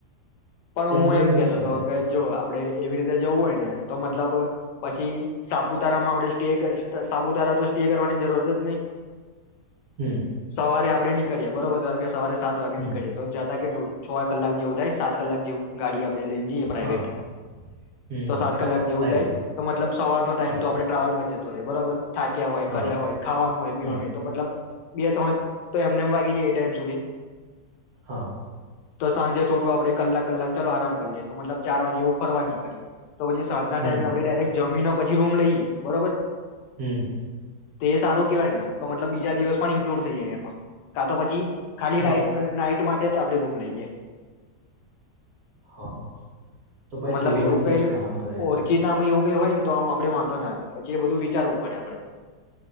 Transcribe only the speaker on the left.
પણ
હું
એમ
કેતો
હતો કે. જો આપડે એવી રીતે જવું હોય ને તો મતલબ પછી સાપુતારામાં આપણે સ્ટે સાપુતારા તો સ્ટે કરવાની જરૂરત જ નહી.
સવારે આપ. આપ ન કરીએ બરોબર ત. સવારે સાત વાગે
નીકળે તો જતા કે. <inaudible> કલાક જેવું થાય સાત કલાક. <unintelligible> ગાડી. આપ લઈને જઈએ પ્રાઈવેટ
તો
સાત કલાક જેવું
જાય
તો મતલબ સવારનો ટાઈમ
તો આપડણે ટ્રાવેલમાં જ. <unintelligible> બરોબર. થાક્યા હોય
કર્યા હોય ખાવાનું હોય પીવાનું
હોય તો મતલબ. બે ત્રણ તો એમને એમ વાગી જાય એ ટાઈમ સુધી.
તો સાંજે થોડું આપડે કલાક. કલાક ચાલો આરામ કરી લએ તો મતલબ ચાર વાગે એવું ફરવા નીકળએ. તો પછી સાતના
ટાઈમે આપણે ડાયરેક્ટ જમી પછી રૂમ લઈએ બરોબર.
તો એ સારું કેહેવાય ને તો મતલબ બીજા દિવસ પણ ઈન્કલુડ થઈ જાય એમાં કા તો પછી. ખાલી
નાઈટ <unintelligible> નાઈટ માટે. આપડે રૂમ લઈએ.
મતલબ
એવું
કઈ
ઓળખીતામે એવું. હોય ને તો આ આપ વાંધો ના આવે પછી એ બધું વિચારવું પડે આપડે